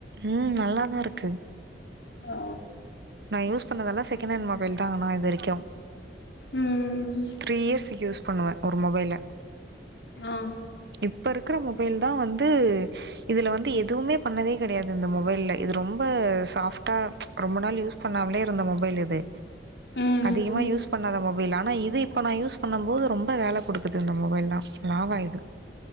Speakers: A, on the right (about 65°); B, on the left (about 70°).
A: உ நல்லாதா இருக்கு
B: ஆ
A: நா யூஸ் பண்ணதுலா செகண்ட் ஹண்ட் மொபைல் தா ஆனா இது வரைக்கு
B: ம்
A: த்ரீ இயர்ஸக்கு யூஸ் பண்ணுவே ஒரு மொபைல
B: ஆ
A: இப்ப இருக்குற மொபைல் தா வந்து இதுல வந்து எதுவுமே பண்ணதே கிடையாது இந்த மொபைல இது ரொம்ப சாஃப்டா ரொம்ப நாள் யூஸ் பண்ணாமலே இருந்த மொபைல் இது
B: ம்
A: அதிகமா யூஸ் பண்ணாத மொப பைல் ஆனா இது இப்போ நா யூஸ் பண்ணம்போது ரொம்ப வேல குடுக்குது இந்த மொபைல்தா லாவா இது